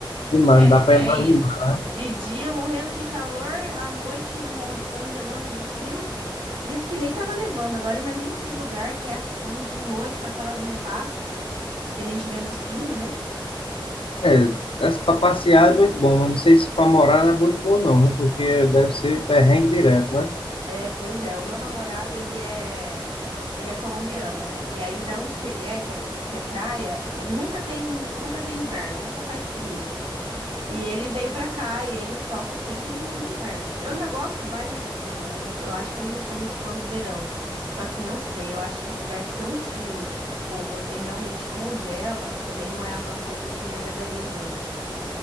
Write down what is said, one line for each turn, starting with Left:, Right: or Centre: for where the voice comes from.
Left: demais,
Right: é,
Left: não dá para
Right: é
Left: imaginar.
Right: isso. De dia morrendo de calor, à noite mor- congelando de frio. Isso que nem tava nevando. Agora imagina esses lugares que é assim, de noite, com aquelas nevasca que a gente vê nos filmes, né?
Left: É, para passear é muito bom, mas não sei se para morar não é muito bom não, viu? porque deve ser perrengue direto, né?
Right: É, pois é. O meu namorado, ele é, ele é colombiano, né? E aí, da onde que ele é, que é, que é praia, eh, nunca tem, nunca tem inverno, nunca faz frio. E ele veio pra cá e ele sofre sempre no, no inverno. Eu já gosto mais de frio, né? Eu, não- eu acho que eu não sou muito fã do verão. Só que não sei, eu acho que lugar tão frio que, tipo, você realmente congela também não é uma coisa que me agradaria muito.